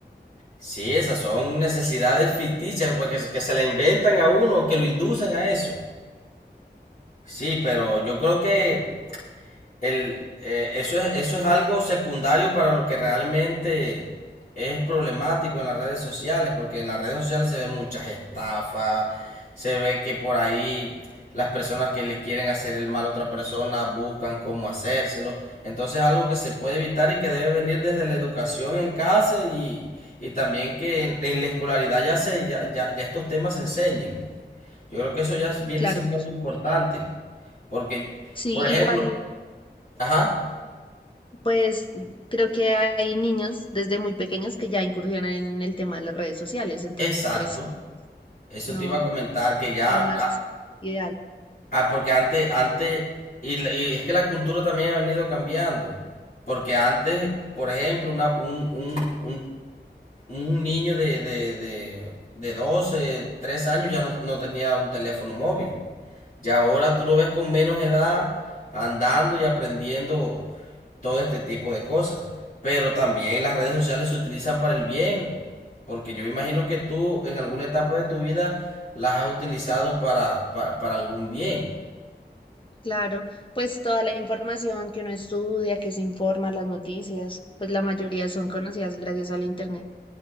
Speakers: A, on the left; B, on the left.
A: Sí, esas son necesidades ficticias pues, que, que se le inventan a uno, que lo inducen a eso. Sí, pero yo creo que El, eh, eso es, eso es algo secundario para lo que realmente es problemático en las redes sociales, porque en las redes sociales se ven muchas estafas, se ve que por ahí las personas que le quieren hacer el mal a otra persona buscan cómo hacérselo. Entonces es algo que se puede evitar y que debe venir desde la educación en casa y, y también que en, en la escolaridad ya, se, ya, ya, ya estos temas se enseñen. Yo creo que eso ya viene
B: Claro.
A: siendo algo importante, porque,
B: Sí,
A: por ejemplo,
B: igual,
A: ajá.
B: pues creo que hay niños desde muy pequeños que ya incursionan en el tema de las redes sociales, entonces
A: Exacto,
B: pues
A: eso
B: no,
A: te iba a comentar
B: no
A: que
B: es
A: ya,
B: lo más
A: ah,
B: ideal.
A: ah, porque antes, antes, y, la- y es que la cultura también ha venido cambiando, porque antes, por ejemplo, una- un, un- un- un niño de, de, de, de 12 3 años ya no, no tenía un teléfono móvil, ya ahora tú lo ves con menos edad andando y aprendiendo todo este tipo de cosas. Pero también las redes sociales se utilizan para el bien, porque yo imagino que tú en alguna etapa de tu vida las has utilizado para, para, para algún bien.
B: Claro, pues toda la información que uno estudia, que se informa, las noticias, pues la mayoría son conocidas gracias al internet.